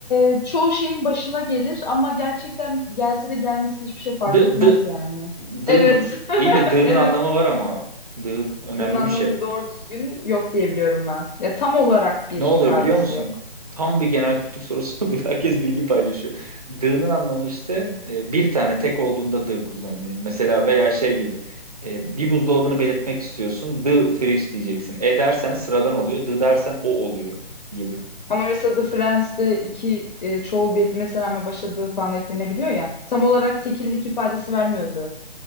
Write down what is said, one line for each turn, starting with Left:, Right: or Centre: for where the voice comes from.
Left: e, çoğu şeyin başına gelir ama gerçekten gelse de gelmesi hiçbir şey fark
Right: D
Left: etmez
Right: d
Left: yani.
Right: d
Left: Evet.
Right: mı?
Left: <laughs>
Right: İyi de d'nın
Left: Evet.
Right: anlamı var ama d önemli
Left: Bunun anlamı
Right: bir şey.
Left: doğru düzgün yok diyebiliyorum ben. Ya tam olarak bir
Right: Ne oluyor
Left: ifadesi
Right: biliyor musun?
Left: yok.
Right: Tam bir genel kültür sorusu <laughs> oluyor. Herkes bilgi paylaşıyor. Dığ'nın anlamı işte e, bir tane tek olduğunda dığ kullanılıyor. Mesela veya şey gibi e, bir buzdolabını belirtmek istiyorsun. Dığ fridge diyeceksin. E dersen sıradan oluyor. Dığ dersen o oluyor gibi.
Left: Ama mesela The Friends'te iki e, çoğul bir etmesine rağmen başladığı falan eklenebiliyor ya. Tam olarak tekillik ifadesi vermiyordu.